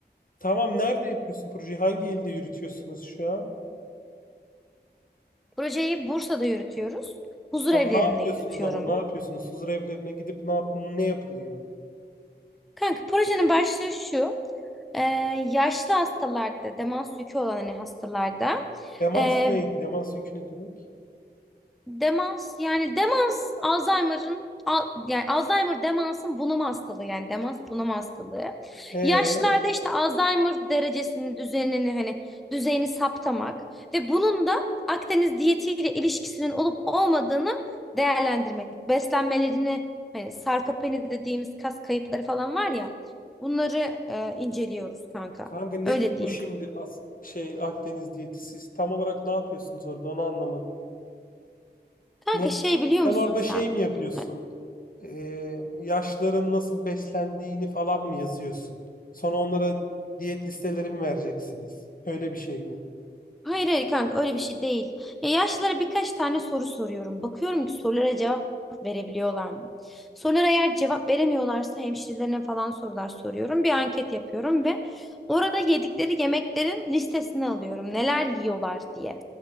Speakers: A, on the left; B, in the centre.
A: tamam nerede yapıyorsun projeyi? Hangi ilde yürütüyorsunuz şu an?
B: Projeyi Bursa'da yürütüyoruz. Huzur
A: Tam
B: evlerinde
A: ne yapıyorsunuz
B: yürütüyorum.
A: ama ne yapıyorsunuz? Huzur evlerine gidip ne yap ne yapılıyor?
B: Kanka projenin başlığı şu. Ee, yaşlı hastalarda, demans yükü olan hani hastalarda
A: Demans
B: ee,
A: neydi? Demans yükü ne demek?
B: demans yani demans Alzheimer'ın al- yani Alzheimer demansın bunama hastalığı yani demans bunama hastalığı.
A: Ee,
B: Yaşlılarda işte Alzheimer derecesini, düzenini hani düzeyini saptamak ve bunun da Akdeniz diyetiyle ilişkisinin olup olmadığını değerlendirmek. Beslenmelerini hani sarkopeni dediğimiz kas kayıpları falan var ya bunları e, inceliyoruz kanka.
A: kanka nedir
B: Öyle diyeyim.
A: bu şimdi as şey Akdeniz diyeti? Siz tam olarak ne yapıyorsunuz orada? Onu anlamadım.
B: Kanka
A: Ne
B: şey biliyor
A: Sen
B: musun
A: orada
B: sen?
A: şey mi yapıyorsun?
B: Ha-
A: Ee, yaşların nasıl beslendiğini falan mı yazıyorsun? Sonra onlara diyet listeleri mi vereceksiniz? Öyle bir şey mi?
B: Hayır hayır kanka öyle bir şey değil. Ya yaşlılara birkaç tane soru soruyorum. Bakıyorum ki sorulara cevap verebiliyorlar mı? Sorulara eğer cevap veremiyorlarsa hemşirelerine falan sorular soruyorum. Bir anket yapıyorum ve orada yedikleri yemeklerin listesini alıyorum. Neler yiyorlar diye.